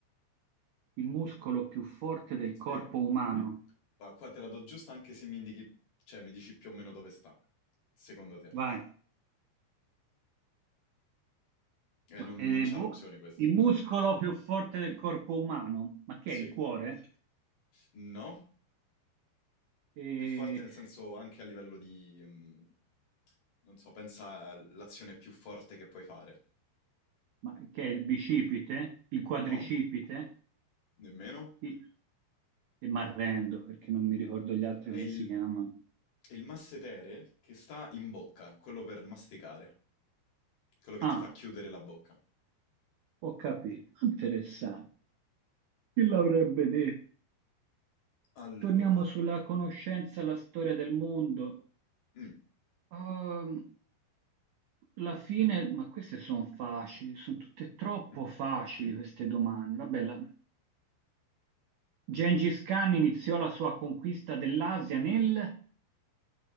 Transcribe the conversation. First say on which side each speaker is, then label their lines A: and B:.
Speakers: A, on the right; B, on the left.
A: Il muscolo più forte del
B: Sì.
A: corpo umano.
B: Qua, qua te la do giusta anche se mi indichi, cioè mi dici più o meno dove sta, secondo te.
A: Vai.
B: Eh,
A: Ma,
B: non,
A: eh,
B: non c'ha
A: boh.
B: l'opzione questo.
A: Il muscolo più forte del corpo umano. Ma che
B: Sì,
A: è il cuore?
B: no,
A: Eh,
B: più forte nel senso anche a livello di, mm, non so, pensa all'azione più forte che puoi fare.
A: ma che è il bicipite, il quadricipite,
B: No, nemmeno.
A: il- e m'arrendo perché non mi ricordo gli altri
B: È
A: come
B: il,
A: si chiamano.
B: è il massetere che sta in bocca, quello per masticare, quello che
A: Ah,
B: ti fa chiudere la bocca.
A: ho capito, interessante. Chi l'avrebbe detto?
B: Allora,
A: Torniamo sulla conoscenza, la storia del mondo.
B: mm,
A: Ehm, alla fine, ma queste sono facili, sono tutte troppo
B: mm.
A: facili queste domande. Vabbè, la- Gengis Khan iniziò la sua conquista dell'Asia nel...